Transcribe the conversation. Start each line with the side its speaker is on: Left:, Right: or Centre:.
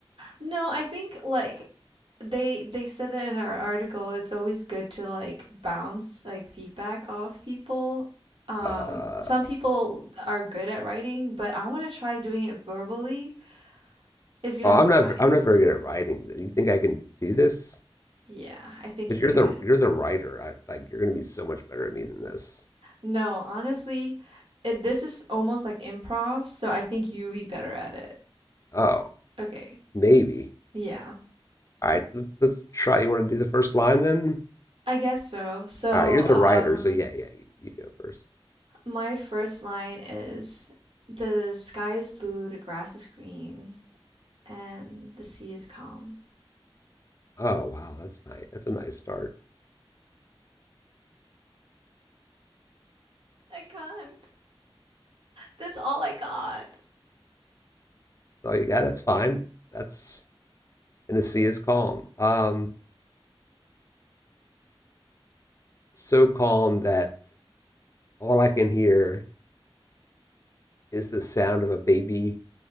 Right: No, I think like they they said that in our article it's always good to like bounce like feedback off people. Um
Left: uh
Right: some people are good at writing, but I want to try doing it verbally if you
Left: oh,
Right: don't
Left: I'm not
Right: mind.
Left: I'm not very good at writing. Do you think I can do this?
Right: Yeah, I think
Left: Because
Right: you
Left: you're
Right: could.
Left: the you're the writer. I like you're gonna be so much better at me than this.
Right: No, honestly, it, this is almost like improv, so I think you'll be better at it.
Left: Oh,
Right: Okay.
Left: maybe.
Right: Yeah,
Left: All right, let's let's try. You want to do the first line then?
Right: I guess so. So,
Left: All right, you're the
Right: um,
Left: So, writer, so um, yeah, yeah, you, you go first.
Right: my first line is the sky is blue, the grass is green, and the sea is calm.
Left: Oh wow, that's nice. That's a nice start.
Right: I can't. That's all I got.
Left: That's all you got. That's fine. That's and the sea is calm. Um, so calm that all I can hear is the sound of a baby